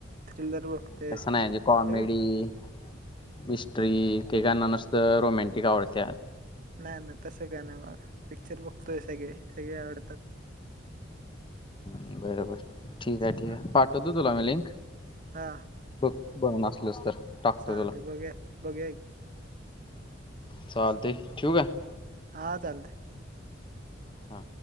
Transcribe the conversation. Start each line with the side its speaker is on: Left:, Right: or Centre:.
Right: थ्रिलर बघते,
Left: तसं नाही म्हणजे कॉमेडी
Right: सगळे बघते
Left: मिस्ट्री का काना नसत रोमॅंटिक आवडत्या
Right: नाही ना तसं का नाही मग पिक्चर बघतोय सगळे सगळे आवडतात
Left: बरोबर ठीक आहे ठीक
Right: हा
Left: आहे पाठवत तलाी लिक
Right: हा
Left: बघ नसलच तर टाकतो
Right: चालते बघया बघू की
Left: चालतंय ठीूक का
Right: हा चालते
Left: हा